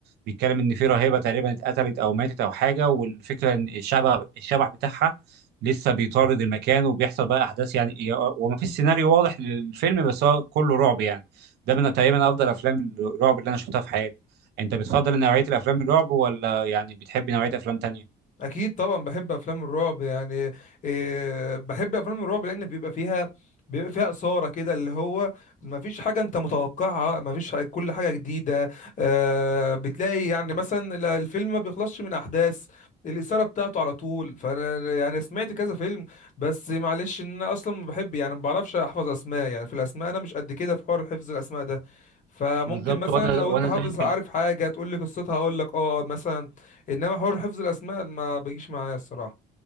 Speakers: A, on the right; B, on the left.
A: بيتكلم ان في راهبه تقريبا اتقتلت او ماتت او حاجه والفكره ان الشبح الشبح بتاعها لسه بيطارد المكان وبيحصل بقى احداث يعني وما فيش سيناريو واضح للفيلم بس هو كله رعب يعني ده من تقريبا افضل افلام الرعب اللي انا شفتها في حياتي انت بتفضل نوعيه الافلام الرعب ولا يعني بتحب نوعيه افلام تانية؟
B: اكيد طبعا بحب افلام الرعب يعني إيه بحب افلام الرعب لان بيبقى فيها بيبقى فيها اثاره كده اللي هو ما فيش حاجه انت متوقعها ما فيش كل حاجه جديده آه بتلاقي يعني مثلا ال- الفيلم ما بيخلصش من احداث الاثاره بتاعته على طول فانا يعني سمعت كذا فيلم بس معلش ان انا اصلا ما بحب يعني ما بعرفش احفظ اسماء يعني في الاسماء انا مش قد كده في حوار حفظ الاسماء ده فممكن
A: بالظبط
B: مثلا
A: وانا
B: لو
A: وانا
B: انت حافظ
A: زيك
B: عارف حاجه تقول لي قصتها اقول لك اه مثلا انما حوار حفظ الاسماء ما بيجيش معايا الصراحه